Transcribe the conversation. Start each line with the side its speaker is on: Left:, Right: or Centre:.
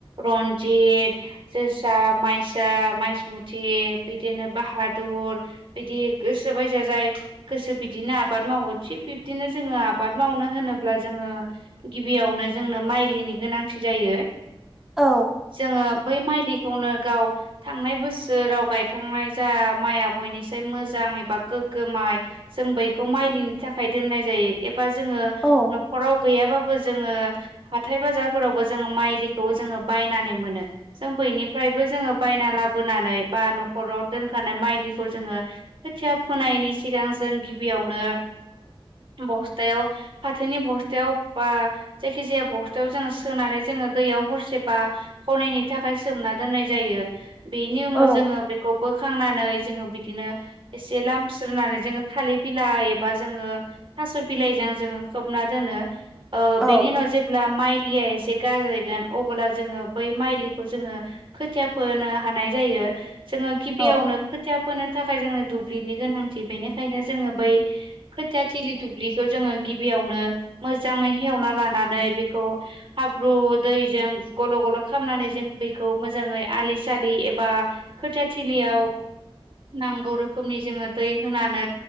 Right: रन्जित जो सा माइसा माइसमुथि बिदिनो बाहादुर बिदि गोसोबायजा जाय गोसो बिदिनो आबाद मावो थिग बिब्दिनो जोङो आबाद मावनो होनोब्ला जोङो गिबियावनो जोंनो माइलिनि गोनांथि जायो
Centre: औ
Right: जोङो बै माइलिखौनो गाव थांनाय बोसोराव गायखांनाय जा माइया बयनिसाय मोजां। बां एबा गोगो माइ जों बैखौ माइलिनि थाखाय दोनाय जायो। बा जोङो
Centre: औ
Right: नख'राव गैया बा बो जोङो हाथाय बाजारफोरावबो जोङो माइलिखौ जोङो बायनानै मोनो जों बैनिफ्राय नैबो जोङो बायना लाबोनानै बा न'राव दोनखानाय माइलिखौ जोङो खोथिया फोनाय नि सिगां जों गिबियावनो बस्थायाव फाथोनि बस्थायाव। बा जायखि जाया बस्थायाव जोङो सोनानै जोङो दैयाव हरसे बा हरनैनि थाखाय सोमना दोननाय जायो। बेनि उनाव
Centre: औ
Right: जोङो बेखौ बोखांनानै जोङो बिदिनो एसे लामस्रोनानै जोङो थालिर बिलाइ एबा जोङो थास' बिलाइजों जोङो खोबना दोनो। ओ बेनि
Centre: औ
Right: उनाव जेब्ला माइ लिया एसे गारायगोन अब्ला जोङो बै माइलिखौ जोङो खोथिया फोनो हानाय जायो। जोङो गिबियावनो
Centre: औ
Right: खोथिया खौ थाखाय जोङो दुब्लिनि गोनांथि बेनिखायनो जोङो बै खोथिया थिलि दुब्लिखौ जोङो गिबियावनो मोज जाङै हेवना लानानै बेखौ हाब्रु दैजों गल' गल' खालामनानै जों बे खौ मोजाङै आलि सालि एबा खोथिया थिलियाव नांगौ रोखोमनि जोङो दै होनानै